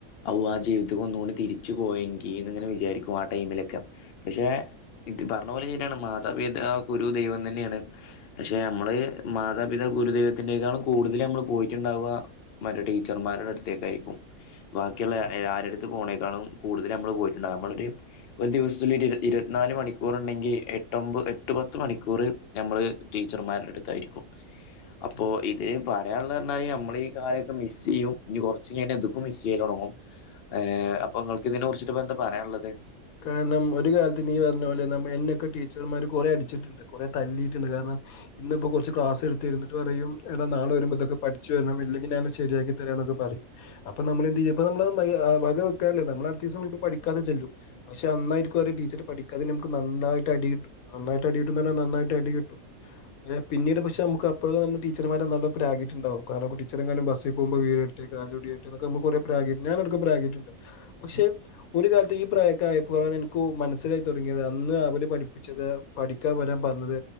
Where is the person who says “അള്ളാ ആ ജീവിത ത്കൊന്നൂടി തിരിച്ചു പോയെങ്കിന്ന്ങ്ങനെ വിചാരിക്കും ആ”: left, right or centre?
Left